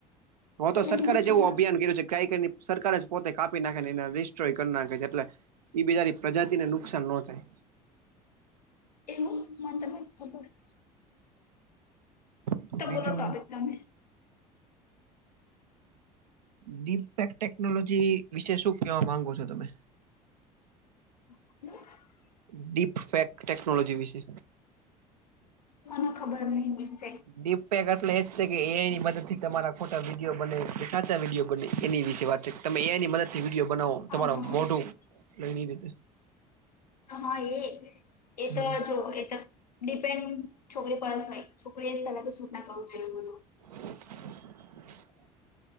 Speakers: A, on the right (about 75°); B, on the left (about 85°).
A: હ તો
B: એટલે
A: સરકારે
B: બીજું કીધું
A: જેવું અભિયાન કર્યું છે. કઈક સરકાર જ પોતે કાપી નાખે ને, એને રિસ્ટ્રોય કરી નાખે છે એટલે. એ બજાની પ્રજાતિને નુકસાન ન થાય.
B: <unintelligible>
A: <unintelligible>
B: તો બોલો ટોપિક તમે?
A: ડીક ટેકનોલોજી વિશે શું કહેવા માંગો છો તમે?
B: <unintelligible>
A: ડીપ ફેક ટેકનોલોજી વિશે
B: મને ખબર નહી હો.
A: Deep peg play. એ કે એની મદદથી તમારા ખોટા વિડીયો બને કે, સાચા વિડીયો બને એની વિશે વાત છે. તમે એની મદદ થી વિડીયો બનાવો,
B: હા
A: તમારે
B: હા
A: મોઢું લઈ રીતે.
B: હા, એ એ
A: હમ
B: તો જો એ તો ડિપેન્ડ છોકરી પરડસ ન છોકરી એને, પેલા તો સુૂટના કરું જોઈ.
A: <unintelligible>